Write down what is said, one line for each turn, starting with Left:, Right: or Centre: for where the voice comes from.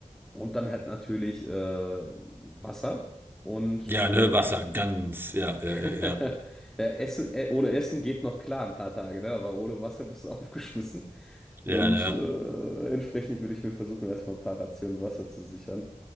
Centre: Und dann halt natürlich äh, Wasser und
Right: Ja,
Centre: äh,
Right: ne, Wasser, ganz, ja, ja,
Centre: <laughs>
Right: ja, ja.
Centre: ja, Essen, äh, ohne Essen geht noch klar ein paar Tage, ne? Aber ohne Wasser bist du <laughs> aufgeschmissen.
Right: Ja,
Centre: Und
Right: ne.
Centre: äh, entsprechend würde ich mir versuchen, erstmal ein paar Rationen Wasser zu sichern.